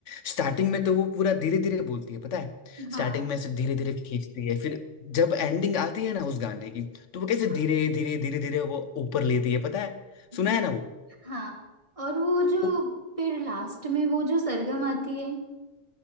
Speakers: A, on the left; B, on the right.
A: स्टार्टिंग में तो वो पूरा धीरे धीरे बोलती है पता है स्टार्टिंग
B: हाँ
A: में ऐसे धीरे धीरे खींचती है फिर जब एंडिंग आती है ना उस गाने की तो वो कैसे
B: हाँ
A: धीरे धीरे धीरे धीरे वो ऊपर लेती है पता है सुना
B: हाँ
A: है ना वो
B: हाँ और वो जो
A: वो-
B: फिर लास्ट में वो जो सरगम आती है